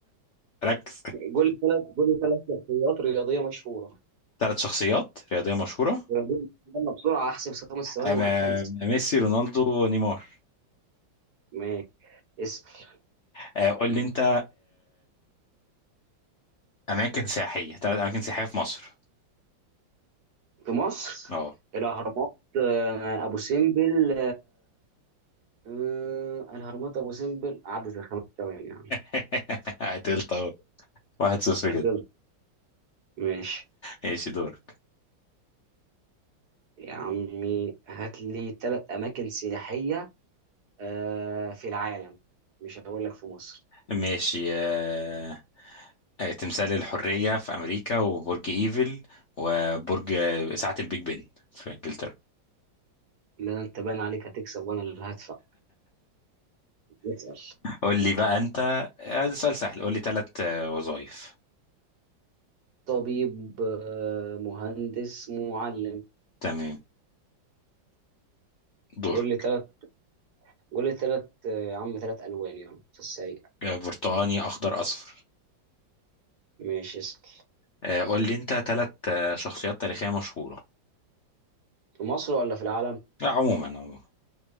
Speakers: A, on the left (about 60°); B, on the right (about 55°).
A: ركز
B: قول لي ثلاث قول لي ثلاث شخصيات رياضية مشهورة
A: ثلاث شخصيات رياضية مشهورة
B: رياضية مشهورة. يلا بسرعة أحسب خمس ثواني
A: أما
B: وهتنسى
A: ميسي رونالدو نيمار
B: ماشي اسأل
A: آه قول لي انت اماكن سياحيه ثلاث اماكن سياحيه في مصر
B: في مصر
A: اه
B: الأهرامات آه، أبو سمبل آه الهرمات ابو سمبل عدت الخمس ثواني يعني
A: <laughs> قتلت اهو واحد صفر كده
B: يلا ماشي
A: ماشي دور
B: يا عمي هات لي ثلاث اماكن سياحيه آه في العالم مش هقول لك في مصر
A: ماشي آه، آه، تمثال الحريه في امريكا وبرج ايفل وبرج آه، ساعه البيج بن في انجلترا
B: لا انت بان عليك هتكسب وانا اللي هدفع اسال
A: قول لي بقى انت آه، ده سؤال سهل قول لي ثلاث وظائف
B: طبيب آه مهندس معلم
A: تمام دورك
B: قول لي ثلاث قول لي ثلاث يا عم ثلاث الوان يلا في السريع
A: آه، برتقاني اخضر اصفر
B: ماشي اسال
A: آه، قول لي انت ثلاث شخصيات تاريخيه مشهوره
B: في مصر ولا في العالم
A: لا عموما عموما